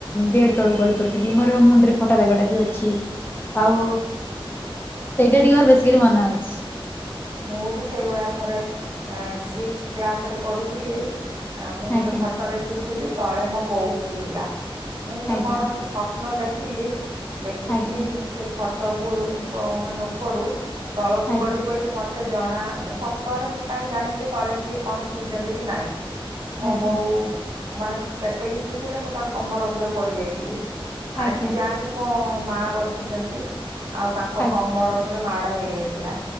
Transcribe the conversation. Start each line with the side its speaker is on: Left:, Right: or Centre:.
Left: ବେଡ ତଳକୁ ଗଳି ପଡିଥିଲି ମୋର ମୁଣ୍ଡରେ ଫୋଟା ଦାଗା ଟା ବି ଅଛି। ଆଉ ସେଇଟା ଟିକେ ମୋର ବେଶୀକରି ମନେ ଅଛି।
Right: ମୁଁ ବି ସେଇଭଳିଆ ଥରେ ସିକ୍ସ କ୍ଲାସରେ ପଢ଼ୁଥିଲି। ଆ ମୁଁ ଗୋଟେ
Left: ଆଜ୍ଞା
Right: ଖଟରେ ଶୋଇଥିଲି ତଳେ ମୋ ବୋଉ ଶୋଇଥିଲା ମୁଁ ଗୋଟେ
Left: ଆଜ୍ଞା
Right: କଣ ସ୍ୱପ୍ନ ଦେଖିଲି ଦେଖିକି
Left: ଆଜ୍ଞା।
Right: ମୁଁ ସେ ଖଟ ପୁ ମାନେ ଉପରୁ ତଳକୁ
Left: ଆଜ୍ଞା
Right: ଗଡି ପ ମତେ ଜଣା ମୁଁ ସ୍ୱପ୍ନରେ ମୁଁ କାହିଁ ଜାଣିବି ଯେ ତଳେ କିଏ କଣ ଶୋଇଛନ୍ତି କି ନାଇଁ। ମୋ
Left: ଆଜ୍ଞା
Right: ବୋଉ ମାନେ ପେଟେଇକି ଶୋଇଥିଲେ ମୁଁ ତା କମର ଉପରେ ପଡିଯାଇଥିଲି। ଆଜି
Left: ଆଜ୍ଞା
Right: ଯାହାବି ମୋ ମା ବଞ୍ଚିଛନ୍ତି ଆଉ ତାଙ୍କ
Left: ଆଜ୍ଞା
Right: କମର ପୁରା ମାଡ଼ ହେଇଯାଇଥିଲା।